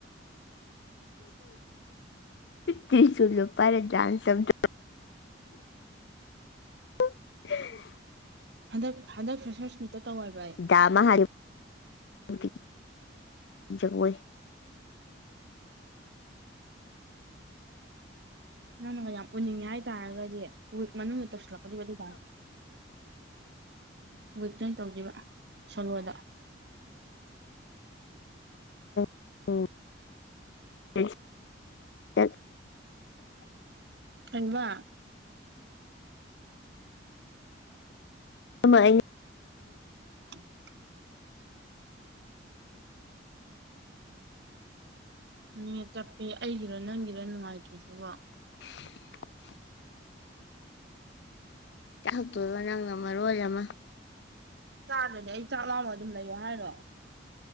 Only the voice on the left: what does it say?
ꯇ꯭ꯔꯤꯁꯨꯜ ꯂꯣ ꯄꯥꯢꯔ ꯗꯥꯟꯁ ꯑꯝꯇ <inaudible>
ꯗꯥ ꯃꯥꯍꯥꯗꯦꯕ ꯒꯤ ꯖꯒꯣꯏ
ꯎꯝ <unintelligible>
ꯑꯃ ꯑꯩꯅꯤ
<inaudible> ꯆꯥꯛꯇꯨꯗꯣ ꯅꯪꯅ ꯃꯔꯣꯜ ꯑꯃ